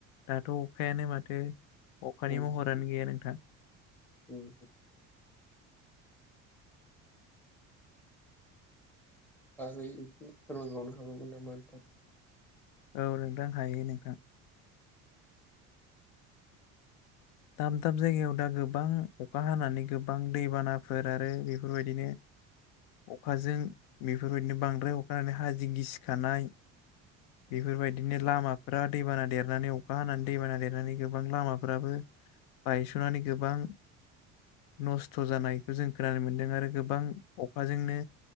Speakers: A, on the left; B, in the centre.
A: दाथ' अखायानो माथो अखानि
B: नोंथां
A: महरानो गैया नोंथां
B: उम आरो एसे फोरमायबावनो हाबावगोन नामा नोंथां?
A: औ नोंथां हायो नोंथां दाब दाब जायगायाव दा गोबां अखा हानानै गोबां दैबानाफोर आरो बेफोर बायदिनो अखाजों बेफोर बायदिनो बांद्राय अखा हानानै हाजो गिसिखानाय बेफोर बायदिनो लामाफ्रा दैबाना देरनानै अखा हानानै दैबाना देरनानै गोबां लामाफ्राबो बायस'नानै गोबां नस्थ' जानायखौ जों खोनानो मोन्दों आरो गोबां अखाजोंनो